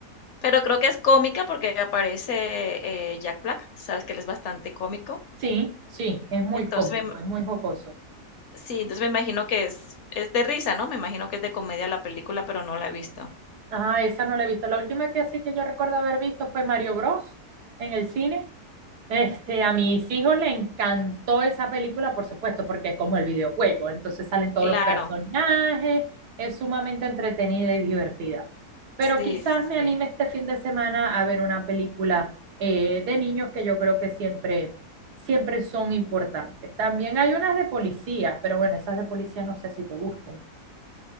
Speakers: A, on the left; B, on the right.
A: pero creo que es cómica porque aparece, eh, Jack Black, tú sabes que él es bastante cómico.
B: Sí, sí, es muy
A: Entonces,
B: cómico,
A: me ima
B: es muy jocoso.
A: sí, entonces me imagino que es es de risa, ¿no? Me imagino que es de comedia la película, pero no la he visto.
B: Ah, esa no la he visto. La última que así que yo recuerdo haber visto fue Mario Bros. en el cine. Este, a mis hijos le encantó esa película, por supuesto, porque es como el videojuego. Entonces salen todos
A: Claro.
B: los personajes, es sumamente entretenida y divertida. Pero
A: Sí,
B: quizás
A: sí,
B: me
A: sí.
B: anime este fin de semana a ver una película eh, de niños que yo creo que siempre, siempre son importantes. También hay unas de policía, pero bueno, esas de policía no sé si te gusten.